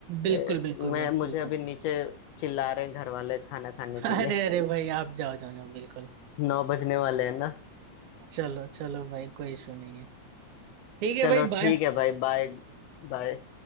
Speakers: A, on the right; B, on the left.
A: बिल्कुल
B: ए,
A: बिल्कुल
B: मैं
A: भाई
B: मुझे
A: बिल्कुल
B: अभी नीचे चिल्ला रहे हैं घर वाले खाना खाने के
A: अरे
B: लिए
A: अरे भाई आप जाओ जाओ जाओ बिल्कुल
B: <laughs> नौ बजने वाले हैं ना
A: चलो चलो भाई कोई इशू नहीं है ठीक है
B: चलो
A: भाई बाय
B: ठीक है भाई बाय बाय